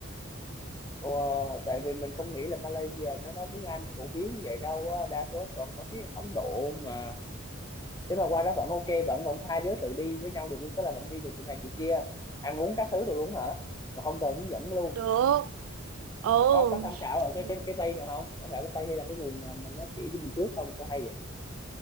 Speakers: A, on the left; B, on the right.
A: Ủa, tại vì mình không nghĩ là Malaysia nó nói tiếng Anh phổ biến như vậy đâu á đa số toàn nói tiếng Ấn Độ mà thế mà qua đó vẫn ok vẫn vẫn hai đứa tự đi với nhau được luôn tức là vẫn đi được chỗ này chỗ kia ăn uống các thứ rồi luôn hả mà không cần hướng dẫn luôn
B: được ồ
A: có có tham khảo
B: thì
A: ở cái cái cái bay nào không tham khảo cái bay hay là cái nguồn nào mà nó chỉ cho mình trước không sao hay vậy